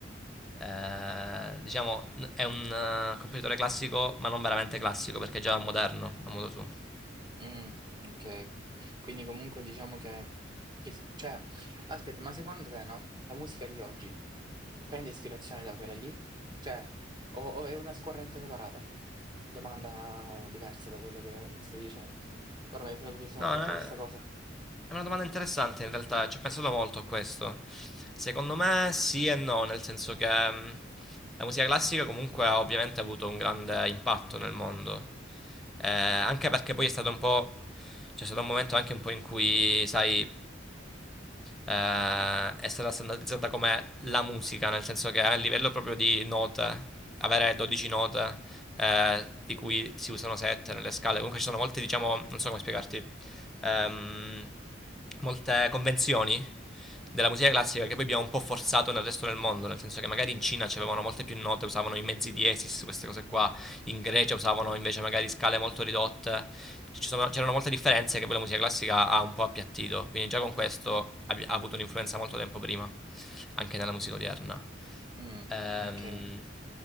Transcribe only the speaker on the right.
Mm, ok. Quindi comunque diciamo che... il- cioè, aspetta, ma secondo te no? La musica di oggi prende ispirazione da quella lì? Cioè, o, o è una scorrente separata? Domanda diversa da quello che mi stavi dicendo. Ora mi è venuto tutto sottratto
questa cosa.
Mm,
ok.